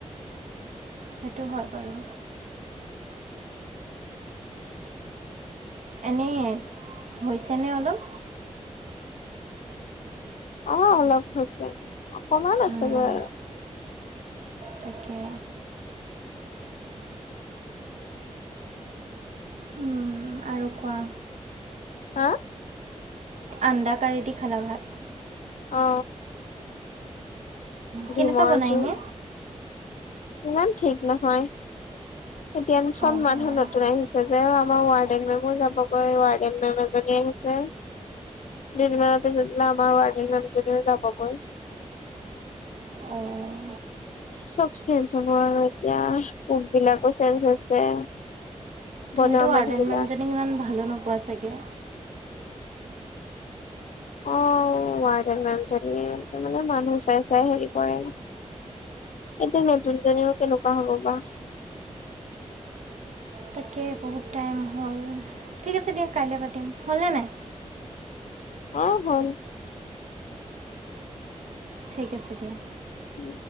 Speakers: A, on the right; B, on the left.
A: সেইটো হয় বাৰু। এনে হৈছেনে অলপ?
B: অ' অলপ হৈছে, অকমান আছে
A: উম,
B: গৈ আৰু।
A: তাকে। উম, আৰু কোৱা?
B: হা?
A: আন্দা কাৰি দি খালা ভাত।
B: অ।
A: কেনেকুৱা
B: ডিমৰ
A: বনায়
B: জোল।
A: এনে
B: ইমান ঠিক নহয়, এতিয়া আমি চব
A: অঁ
B: মানুহ
A: অঁ
B: ন যে আমাৰ ৱাৰ্ডেন‌জনী যাবগৈ, ৱাৰ্ডেন মেম এজনি আহিছে। দুদিন মানৰ পিছত বোলে আমাৰ ৱাৰ্ডেন মেম জনিও যাবগৈ।
A: অঁ
B: চব চেঞ্জ হ'ব আৰু এতিয়া, কোক বিলাকো চেঞ্জ হৈছে। বনোৱা
A: তুমিতো ৱাৰ্ডেন
B: মানুহ বিলাক
A: মানুহজনীক ইমান ভালো নোপোৱা চাগে।
B: অ ' ৱাৰ্ডেন মেমজনী, মানে মানুহ চাই চাই হেৰি কৰে। এতিয়া নতুন জনীও কেনেকুৱা হ'ব বা?
A: তাকে বহুত টাইম হ'ল। ঠিক আছে দিয়া কাইলে পাতিম, হল নে নাই?
B: অ' হল।
A: ঠিক আছে দিয়া।
B: উম